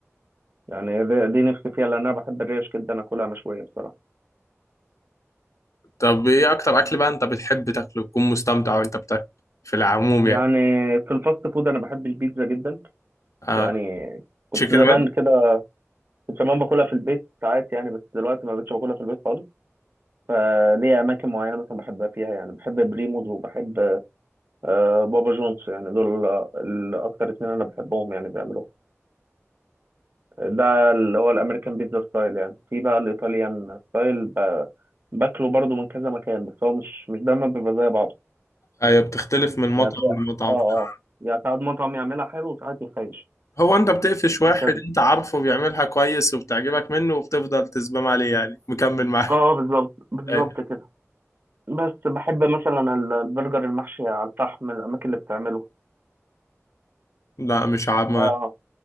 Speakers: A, on the right; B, on the left.
A: يعني الر- دي نفسي فيها لان انا بحب الريش جدا اكلها مشويه بصراحه
B: طب ايه اكتر اكل بقى انت بتحب تاكله تكون مستمتع وانت بتاكل في العموم
A: يعني
B: يعني
A: في الفاست فود انا بحب البيتزا جدا
B: اه
A: يعني كنت
B: تشيكن
A: زمان
B: رينج
A: كده كنت زمان باكلها في البيت ساعات يعني بس دلوقتي ما بقتش باكلها في البيت خالص فليا اماكن معينه مثلا بحبها فيها يعني بحب بريموز وبحب آه، بابا جونز يعني دول آه، الاكتر اتنين انا بحبهم يعني بيعملوه ده اللي هو الامريكان بيتزا ستايل يعني في بقى الايطاليان ستايل ب- باكله برضو من كذا مكان بس هو مش مش دايما بيبقى زي بعضه
B: ايوه بتختلف من مطعم
A: يعني في
B: لمطعم
A: اه اه
B: فعلا.
A: يعني ساعات مطعم يعملها حلو وساعات يخيش
B: هو انت بتقفش واحد
A: هكذا
B: انت عارفه بيعملها كويس وبتعجبك منه وبتفضل تزبم عليه يعني مكمل معاه
A: اه آه، بالظبط بالظبط
B: أيوة.
A: كده بس بحب مثلا ال- البرجر المحشي على الفحم الاماكن اللي بتعمله
B: لا مش عارف
A: ده آه.